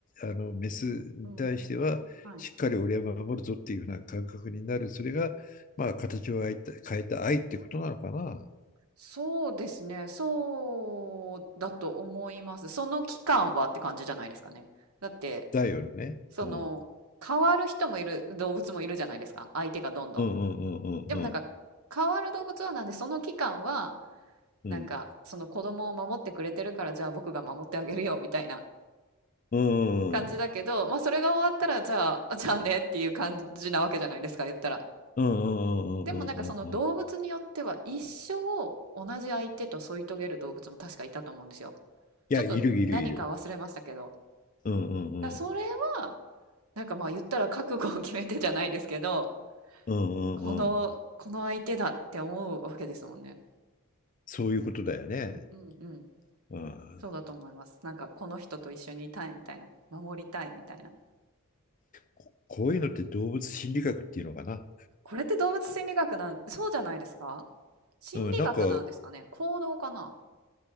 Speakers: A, on the left (about 35°); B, on the right (about 80°).
A: あのメスに対してはしっかり俺は守るぞっていうふうな感覚になるそれがまあ形を変えた、
B: はい。うんうん。はい。
A: 変えた愛ってことなのかな
B: そうですね。そうだと思います。その期間はって感じじゃないですかね。だって、
A: だよね。
B: その、
A: うん。
B: 変わる人もいる、動物もいるじゃないですか。相手がどんどん。
A: うんうんうんうん
B: でもなんか、変わる動物はなんで、その期間は、
A: うん
B: なんか、その子供を守ってくれてるから、じゃあ僕が守ってあげるよ、みたいな
A: うんうんうんうん
B: 感じだけど、まあそれが終わったら、じゃあ、あじゃあねっていう感じなわけじゃないですか、言ったら。
A: うんうんうんうんうん
B: でもなんかその動物によっては、一生同じ相手と添い遂げる動物も確かいたと思うんですよ。
A: いや、
B: ちょっと何か忘れましたけど。
A: いるいるいる。うんうんうん
B: だからそれは、なんかまあ言ったら覚悟を決めてじゃないですけど、
A: うんうんうん
B: この、この相手だって思うわけですもんね。
A: そういうことだよね。
B: うんうんうん。
A: うん、
B: そうだと思います。なんかこの人と一緒にいたいみたいな、守りたいみたいな。
A: ここういうのって動物心理学っていうのかな。
B: これって動物心理学なん、そうじゃないですか心理学なんですかね行動かな
A: うん、なんか